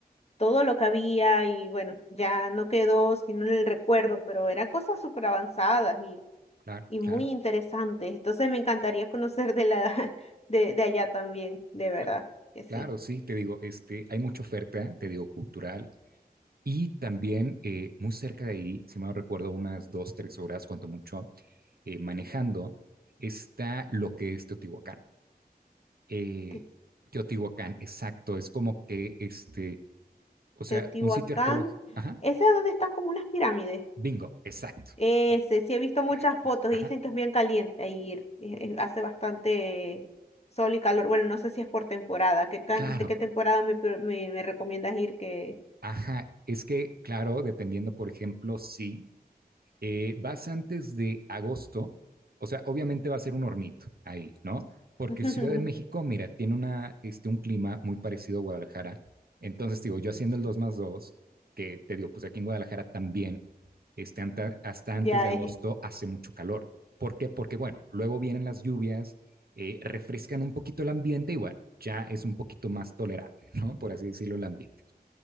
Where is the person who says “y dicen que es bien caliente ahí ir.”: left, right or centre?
Left